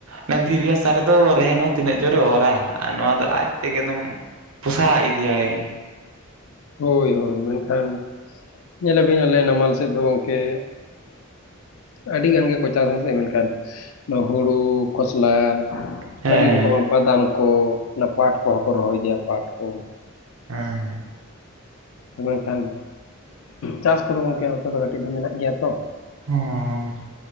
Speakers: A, on the right; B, on the left.
A: ᱚᱱᱮ ᱫᱷᱤᱨᱤ ᱦᱟᱥᱟ ᱨᱮ ᱫᱚ ᱨᱮᱦᱮᱫ ᱦᱚᱸ ᱛᱤᱱᱟᱹᱜ ᱡᱳᱨᱮ ᱚᱨᱟ ᱟᱨ ᱱᱚᱣᱟ ᱫᱚ ᱟᱡᱛᱮᱜᱮ ᱫᱚᱢ ᱯᱚᱥᱟᱣ ᱤᱫᱤᱭᱟᱭ ᱾
B: ᱦᱳᱭ ᱦᱳᱭ, ᱢᱮᱱᱠᱷᱟᱱ ᱧᱮᱞ ᱟᱵᱤᱱ ᱟᱞᱮ ᱱᱟᱢᱟᱞ ᱥᱮᱫ ᱫᱚ ᱜᱚᱢᱠᱮ ᱟᱹᱰᱤ ᱜᱟᱱ ᱜᱮ ᱠᱚ ᱪᱟᱥ ᱟᱥᱮ ᱢᱮᱱ ᱠᱷᱟᱱ ᱱᱚᱣᱟ ᱦᱩᱲᱩ ᱠᱷᱚᱥᱞᱟ
A: ᱦᱮᱸ᱾
B: ᱟᱹᱰᱤ ᱨᱚᱠᱚᱢᱟᱜ ᱵᱟᱫᱟᱢ ᱠᱚ ᱚᱱᱟ ᱯᱟᱴ ᱠᱚ ᱦᱚᱸ ᱠᱚ ᱨᱚᱦᱚᱭ ᱜᱮᱭᱟ ᱯᱟᱴ ᱠᱚ᱾
A: ᱦᱮᱸ,
B: ᱟᱫᱚ ᱢᱮᱱ ᱠᱷᱟᱱ ᱪᱟᱥ ᱠᱚ ᱫᱚ ᱜᱚᱢᱠᱮ ᱱᱚᱛᱮ ᱫᱚ ᱠᱟᱹᱴᱤᱡ ᱫᱚ ᱢᱮᱱᱟᱜ ᱜᱮᱭᱟ ᱛᱚ
A: ᱦᱩᱸ,